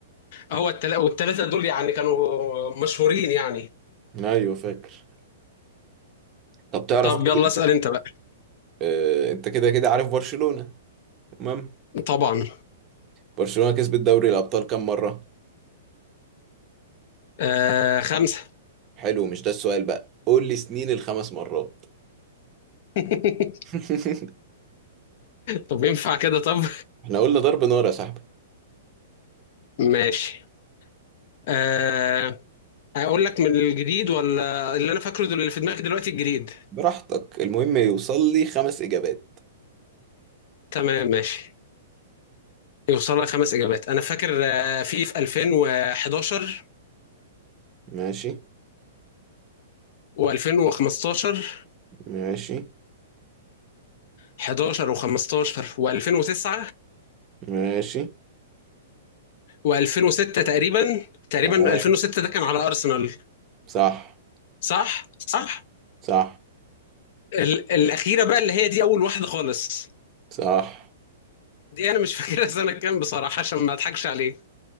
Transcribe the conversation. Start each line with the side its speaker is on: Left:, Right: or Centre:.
Left: هو التل... والثلاثه دول يعني كانوا مشهورين يعني
Right: ايوه فاكر طب تعرف
Left: طب
Right: تقول
Left: يلا
Right: إيه؟
Left: اسال انت بقى
Right: آه، انت كده كده عارف برشلونه تمام
Left: طبعا
Right: برشلونه كسبت دوري الابطال كام مره
Left: آه خمسه
Right: حلو مش ده السؤال بقى قول لي سنين الخمس مرات
Left: <laughs>
Right: <laughs>
Left: طب ينفع كده طب
Right: احنا قلنا ضرب نار يا صاحبي
Left: ماشي آه اقول لك من الجديد ولا اللي انا فاكره دل- اللي في دماغي دلوقتي الجديد
Right: براحتك المهم يوصل لي خمس اجابات
Left: تمام ماشي يوصل لك خمس اجابات انا فاكر آه، في في 2011
Right: ماشي
Left: و2015
Right: ماشي
Left: 11 و15 و2009
Right: ماشي
Left: و2006 تقريبا تقريبا
Right: تمام
Left: 2006 ده كان على أرسنال
Right: صح
Left: صح صح
Right: صح
Left: ال الأخيرة بقى اللي هي دي أول واحدة خالص
Right: صح
Left: دي أنا مش <laughs> فاكرها سنة كام بصراحة عشان ما أضحكش عليه